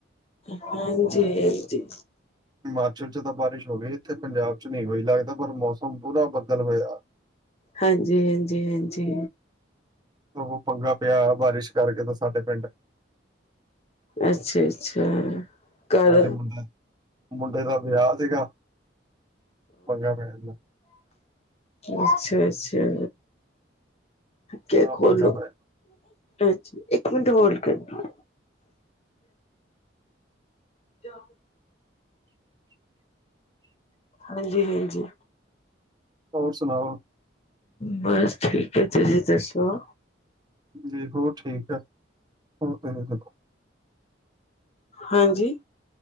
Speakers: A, on the left; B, on the right.
A: ਹਾਂਜੀ ਹਾਂਜੀ।
B: ਹਿਮਾਚਲ ਚ ਤਾਂ ਬਾਰਿਸ਼ ਹੋ ਗਈ, ਇਥੇ ਪੰਜਾਬ ਚ ਨਹੀਂ ਹੋਈ ਲੱਗਦਾ ਪਰ ਮੌਸਮ ਪੂਰਾ ਬੱਦਲ ਹੋਇਆ। <unintelligible> <inaudible>
A: ਹਾਂਜੀ-ਹਾਂਜੀ, ਹਾਂਜੀ।
B: ਉਹ, ਪੰਗਾ ਪਿਆ ਬਾਰਿਸ਼ ਕਰਕੇ ਤਾਂ ਸਾਡੇ ਪਿੰਡ।
A: ਅੱਛਾ, ਅੱਛਾ। ਕਰ
B: ਮ ਤੇ ਮੁੰਡੇ, ਮੁੰਡੇ ਦਾ ਵਿਆਹ ਸੀਗਾ। ਪੰਗਾ ਪੈ ਜਾਂਦਾ
A: ਅੱਛਾ, ਅੱਛਾ। ਕਹਿ
B: ਹਾਂ
A: ਖੋਲੋ।
B: ਪੰਗਾ ਪੈ
A: ਅੱਛਾ, ਇੱਕ ਮਿੰਟ ਹੋਲਡ ਕਰਨਾ। <unintelligible> ਹਾਂਜੀ, ਹਾਂਜੀ।
B: ਹੋਰ ਸੁਣਾਓ।
A: ਬਸ ਠੀਕ ਹੈ ਜੀ, ਤੁਸੀਂ ਦੱਸੋ।
B: ਜੀ ਹੋਰ ਠੀਕ ਐ, ਹੋਰ ਤੁਸੀਂ ਦ
A: ਹਾਂਜੀ।